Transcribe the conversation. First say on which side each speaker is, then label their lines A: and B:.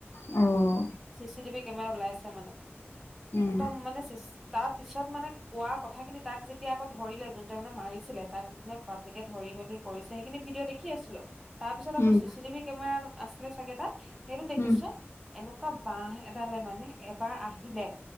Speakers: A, on the left; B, in the centre.
A: অ'।
B: চি চি টিভি কেমেৰা ওলাই আছে মানে
A: উম
B: একদম মানে চ তাৰ পিছত মানে কোৱা কথা খিনি তাক যেতিয়া আকৌ ধৰিলে যোন ত মানে মাৰিছিলে তাক যোনে পাব্লিকে ধৰি মেলি কৰিছে সেইখিনি ভিডিঅ' দেখি আছিলো। তাৰ পিছত
A: উম
B: আকৌ চি চি টিভি কেমেৰা আছিলে চাগে তাত সেইটো দেখিছো
A: উম
B: এনেকুৱা বাহ এডালে মানে এবাৰ আহিলে।